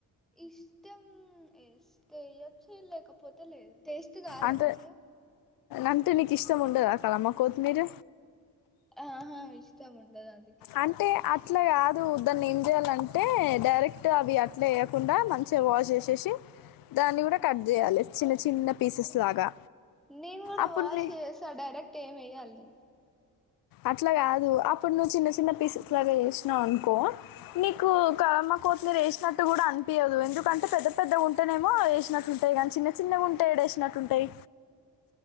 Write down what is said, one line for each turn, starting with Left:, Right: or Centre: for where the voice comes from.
Centre: ఇష్టం ఏస్తేయ్యొచ్చు లేకపోతే లేదు టేస్ట్ కాదా
Left: అంటే
Centre: మంచిగా
Left: అంటే నికు ఇష్టం ఉండద కలమక్ కోతి మీర్
Centre: ఆహా ఇష్టముండదన్
Left: అంటే అ అట్లా కాదు దాన్నేం చేయాలంటే డైరెక్ట్ అవి అట్లా వేయకుండా మంచిగా వాష్ చేసేసి దాన్ని కూడా కట్ చేయాలే చిన్న చిన్న పీసెస్ లాగా
Centre: నేను కూడా
Left: అప్పుడు
Centre: వాష్
Left: నీ-
Centre: చేసా డైరెక్ట్ ఎం ఎయ్యాల్నే
Left: అట్లా కాదు అప్పుడు నువ్వు చిన్న చిన్న పీసెస్ లాగా చేసినావు అనుకో నీకు కలమ్మక్ కోత్ మీర్ వేసినట్టు కూడా అన్ చప్పియ్యదు ఎందుకంటే పెద్ద పెద్దగా ఉంటేనేమో వేసినట్టు ఉంటాయి కాని చిన్న చిన్నగా ఉంటే ఎడేశినట్టుంటాయ్